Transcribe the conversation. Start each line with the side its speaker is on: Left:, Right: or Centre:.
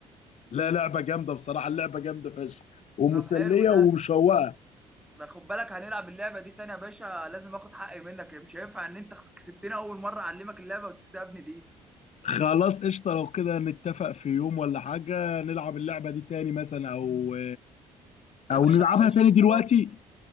Left: لا لعبه جامده بصراحه اللعبه جامده فشخ ومسليه
Centre: طب حلو ده
Left: ومشوقه
Centre: ما خد بالك هنلعب اللعبه دي تاني يا باشا لازم اخد حقي منك مش هينفع ان انت كسبتني اول مره اعلمك اللعبه وتكسبني دي
Left: خلاص قشطه لو كده نتفق في يوم ولا حاجه نلعب اللعبه دي تاني مثلا او
Centre: يا
Left: او
Centre: باشا
Left: نلعبها
Centre: ماشي
Left: تاني دلوقتي
Centre: خلاص